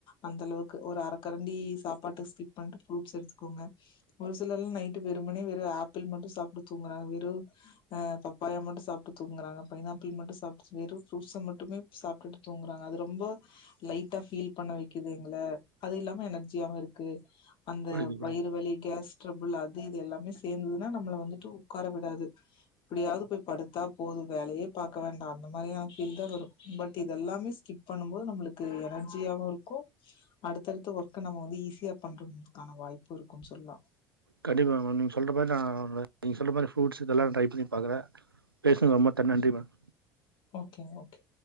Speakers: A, on the left; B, on the right.
A: அந்த அளவுக்கு ஒரு அ <unintelligible> எனர்ஜி இருக்கு அந்த
B: புரியுது, புரியுது.
A: வயிறு வலி கேஸ் கேஸ்டேபிள் இது எல்லாமே சேர்ந்ததுன்னா நம்மள வந்துட்டு உட்கார விடாது அப்படியாவது போய் படுத்தா போகும் வேலையே பார்க்க வேண்டாம் அந்த மாதிரியான பீல் தான் வரும் பட் இதுெல்லாமே ஸ்கிப் பண்ணு போது நம்மளுக்கு எனர்ஜியாவும் இருக்கும் அடுத்து-அடுத்து ஒர்க் நம்ம வந்து ஈஸியா பண்றம்துக்கான வாய்ப்பு இருக்கும்னு சொல்லலாம்
B: கண்டிப்பா மேடம் நீங்க சொல்ற மாதிரி நான் நீங்க சொல்ற மாரி ஃப்ரூட்ஸ் இதெல்லாம் ட்ரை பண்ணி பாக்குறன் பேசுங்க ரொம்ப நன்றி மேடம்
A: ஓகே ஓகே